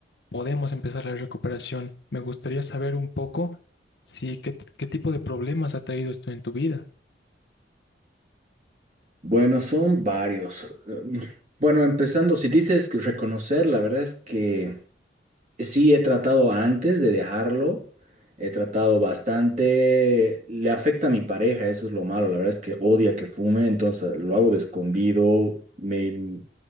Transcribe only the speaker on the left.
podemos empezar la recuperación. Me gustaría saber un poco si qué, qué tipo de problemas ha traído esto en tu vida.